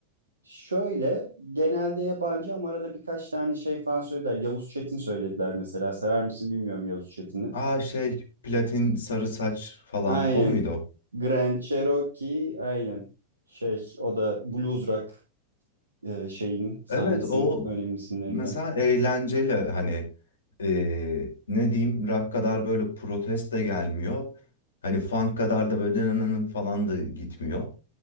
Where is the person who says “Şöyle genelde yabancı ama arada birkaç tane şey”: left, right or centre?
Right